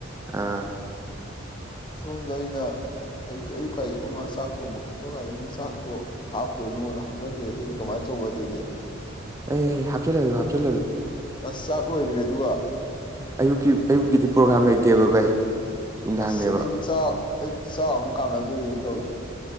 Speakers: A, on the right; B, on the left.
A: ꯑꯥ
B: ꯁꯣꯝꯗ ꯑꯩꯅ ꯑꯌꯨꯛꯁꯦ ꯑꯌꯨꯛꯀꯥꯏꯗ ꯑꯩꯈꯣꯏ ꯃꯥ ꯆꯥꯛ ꯊꯣꯡꯕ ꯈꯣꯠꯄ ꯀꯥꯟꯗ ꯑꯩꯅ ꯆꯥꯛꯇꯣ ꯍꯥꯞꯄ꯭ꯔꯅꯣꯅ ꯍꯥꯞꯍꯟꯗ꯭ꯔꯦ ꯑꯗꯨꯒ ꯀꯃꯥꯏꯅ ꯇꯧꯕ ꯑꯗꯨꯗꯤ
A: ꯑꯦ ꯍꯥꯞꯆꯜꯂ ꯍꯥꯞꯆꯜꯜꯂꯨ
B: ꯑꯁ ꯆꯥꯛ ꯂꯣꯏꯈ꯭ꯔꯦ ꯑꯗꯨꯒ
A: ꯑꯌꯨꯛꯀꯤ ꯑꯌꯨꯛꯀꯤꯗꯤ ꯄ꯭ꯔꯣꯒꯥꯝ ꯂꯩꯇꯦꯕ ꯚꯥꯏ ꯅꯨꯡꯗꯥꯡꯅꯦꯕ
B: ꯑꯁ ꯑꯗꯨꯗꯤ ꯆ ꯑꯩ ꯄꯤꯁꯣꯨ ꯀꯥꯔꯥꯗꯔꯤ ꯇꯧꯋꯤ